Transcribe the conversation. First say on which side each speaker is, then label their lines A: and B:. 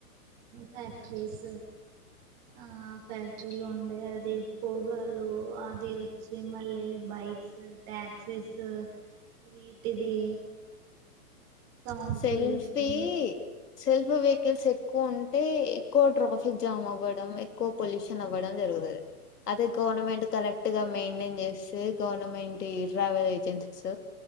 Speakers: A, on the right; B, on the left.
A: ఫ్యాక్టరీస్ ఆ ఫ్యాక్టరీలు ఉండే అది పోగలు అది వచ్చి మళ్ళీ బైక్స్ టాక్సీస్ వీటిది. Sound
B: selfie
A: pollution
B: self vehicles ఎక్ ఎక్కువ ఉంటే ఎక్కువ ట్రాఫిక్ జామ్ అవ్వడం ఎక్కువ పొల్యూషన్ అవ్వడం జరుగుతుంది. అదే గవర్నమెంట్ కరెక్ట్గా మెయింటైన్ చేస్తే గవర్నమెంట్ ఈ ట్రావెల్ ఏజెన్సీస్